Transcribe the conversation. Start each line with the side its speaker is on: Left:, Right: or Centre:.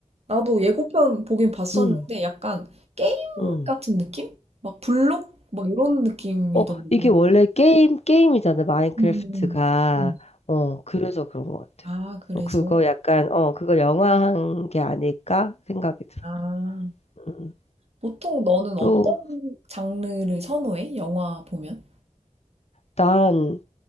Right: 나도 예고편 보긴 봤었는데,
Left: 음,
Right: 약간 게임
Left: 음.
Right: 같은 느낌? 막 블록? 막 이런 느낌이더라고.
Left: 어, 이게 원래 게임, 게임이잖아, 마인크래프트가.
Right: 음. 음.
Left: 어, 그래서 그런 것 같아.
Right: 아 그래서?
Left: 어, 그거 약간, 어, 그거 영화한 게 아닐까 생각이 들어.
Right: 아.
Left: 음.
Right: 보통 너는 어떤
Left: 또,
Right: 장르를 선호해? 영화 보면?
Left: 난,